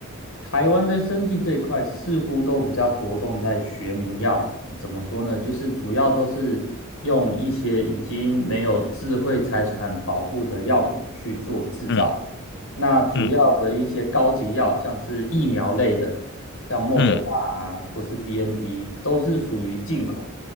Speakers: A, on the left; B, on the left.
A: 台湾在生技这一块似乎都比较着重在学名药，呃怎么说呢？就是主要都是用一些已经没有智慧财产保护的药品去做制造。
B: 嗯
A: 那主要的一些高级药，
B: 嗯
A: 像是疫苗类的，像莫德纳啊，
B: 嗯。
A: 或是 BNT，都是属于进口。